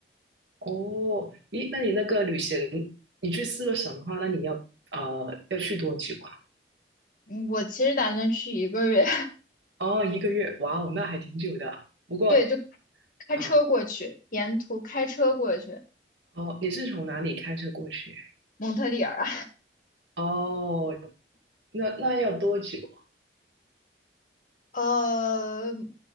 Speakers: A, on the right; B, on the left.
A: 哦，咦，那你那个旅行，你去四个省的话，那你要呃要去多久啊？
B: 嗯我其实打算去一个月，
A: 哦，一个月，哇哦，那还挺久的。
B: <laughs>
A: 不过
B: 对，就开车过去，
A: 啊，
B: 沿途开车过去
A: 哦，你是从哪里开车过去？
B: 蒙特利尔。
A: 哦，那那要多久啊？
B: 呃，